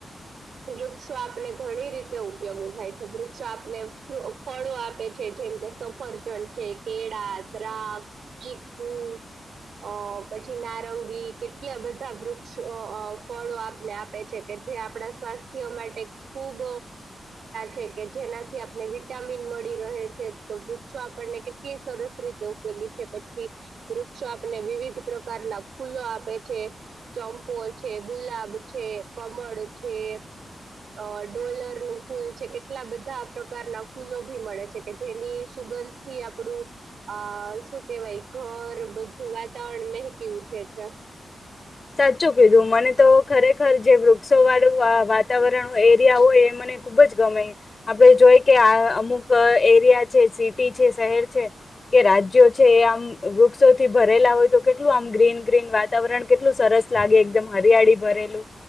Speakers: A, on the right (about 75°); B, on the left (about 40°).
A: વૃક્ષો આપને ઘણી રીતે ઉપયોગી થાય છે વૃક્ષો આપને ફળો આપે છે. જેમ કે સફરજન છે કેળા દ્રાક્ષ ચીકુ અ પછી નારંગી કેટલા બધા વૃક્ષ ફળો આપણે આપે છે, કે જે આપણા સ્વાસ્થ્ય માટે ખુબ છે કે જેનાથી આપને વિટામિન મળી રહે છે તો વૃક્ષો આપણને કેટલી સરસ રીતે ઉપયોગી છે પછી વૃક્ષો આપને વિવિધ પ્રકારના ફૂલો આપે છે, ચંપો છે ગુલાબ છે કમળ છે, અ ડોલર નું ફૂલ છે કેટલા બધા પ્રકારના ફૂલો ભી મળે છે કે જેની સુગંધથી આપડું આ શું કેવાય ઘર બધું વાતાવરણ મહેકી ઉઠે છે, <unintelligible>
B: સાચું કીધું મને તો ખરેખ જે વૃક્ષો વાળું વાતાવરણ એરિયા હોય એ મને ખુબ જ ગમે આપડે જોઈ કે અમુક એરિયા છે સિટી છે શહેર છે, કે રાજ્યો છે એ આમ વૃક્ષોથી ભરેલા હોય તો કેટલું આમ ગ્રીન ગ્રીન વાતાવરણ કેટલું સરસ લાગે એકદમ હરિયાળી ભરેલું